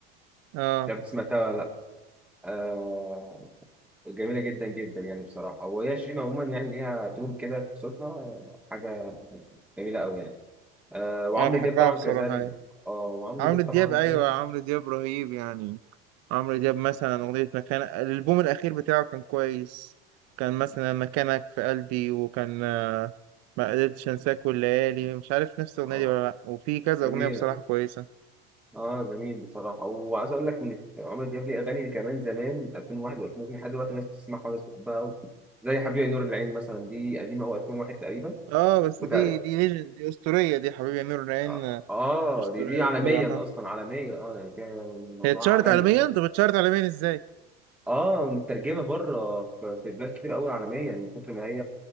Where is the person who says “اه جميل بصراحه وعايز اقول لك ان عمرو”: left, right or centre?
Centre